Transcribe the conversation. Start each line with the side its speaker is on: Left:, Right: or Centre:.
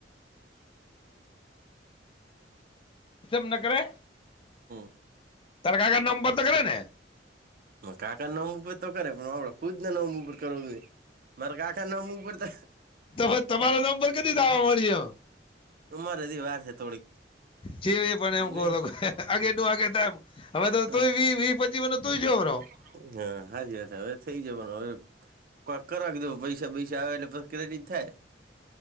Left: કેમ ન કરે
Right: <unintelligible> <unintelligible>
Left: તારા કાકાના નંબર <unintelligible>
Right: ઓ કાકા નેમું તો કરે પણ આવડો ખુદને નવમું ઉપર કર જોઈ મારા કાકા નામ ઉપર <unintelligible>
Left: ત પછી તમારો નંબર કદી દામળીયો
Right: ઉમાર રહજી વાર છે થોડીક
Left: જેવી એ પણ એમ કહો
Right: નઈ
Left: તો આગેટું આગે તમ હવે
Right: હા
Left: તો <unintelligible>
Right: <unintelligible> હવે થઇ જવાનું હવે <unintelligible> કરાવી દે પૈસા પૈસા આવે એટલે પહિ ક્રેડિટ થાય